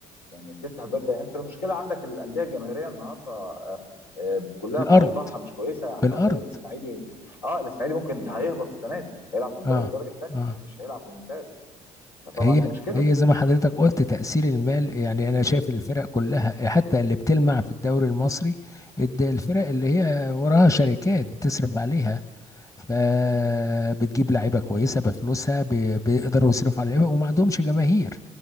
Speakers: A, on the left; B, on the left.
A: يعني تفتح الباب ده انت المشكله عندك الانديه الجماهيريه النهارده آه، آه، كلها
B: بالأرض
A: في اوضاعها مش كويسه احنا
B: بالأرض
A: عندنا الاسماعيلي اه الاسماعيلي ممكن هيهبط السنه دي هيلعب في الدوري
B: اه
A: درجه ثانيه
B: اه
A: مش هيلعب في الممتاز فطبعا
B: هي
A: دي مشكله
B: هي زي ما حضرتك قلت تأثير المال يعني أنا شايف الفرق كلها حتى اللي بتلمع في الدوري المصري الد- الفرق اللي هي وراها شركات بتصرف عليها فبتجيب لعيبة كويسة بفلوسها ب- بيقدروا يصرفوا على اللعيبة وما عندهمش جماهير